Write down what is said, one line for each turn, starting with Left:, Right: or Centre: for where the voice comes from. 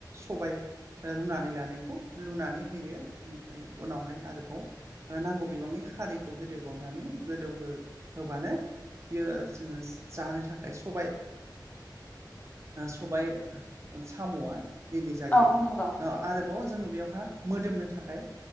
Right: सबाय रुनानै लानायखौ लुनानै होयो ओमफ्राय उनावहाय आरोबाव नांगौ बिबांनि खारैखौ होदेरबावनानै गोदौ हो होबानो बियो जोङो जानो थाखाय सबाइ सबाइ साम'आ रेदि जायो
Left: औ नंगौ औ नंगौ
Right: ओ आरोबाव जोङो बेवहाय मोदोमनो थाखाय